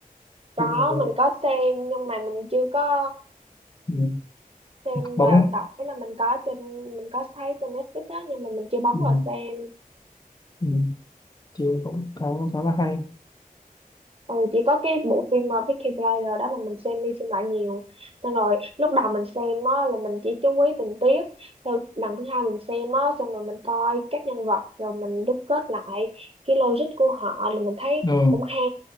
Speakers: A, on the right; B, on the left.
A: có
B: nhưng mà về
A: mình có xem nhưng mà mình chưa có
B: ừ,
A: xem
B: bóng
A: vào tập. Ý là mình có trên mình có thấy trên Netflix á nhưng mà mình chưa bấm
B: ừ,
A: vào xem.
B: ừ. thì cũng khá khá là hay
A: Ừ, chỉ có cái bộ phim uh, Peaky Blinders đó mà mình xem đi xem lại nhiều xong rồi lúc đầu mình xem á, là mình chỉ chú ý tình tiết sau lần thứ hai mình xem á, xong rồi mình coi các nhân vật rồi mình đúc kết lại cái logic của họ là mình thấy
B: ừ.
A: cũng hay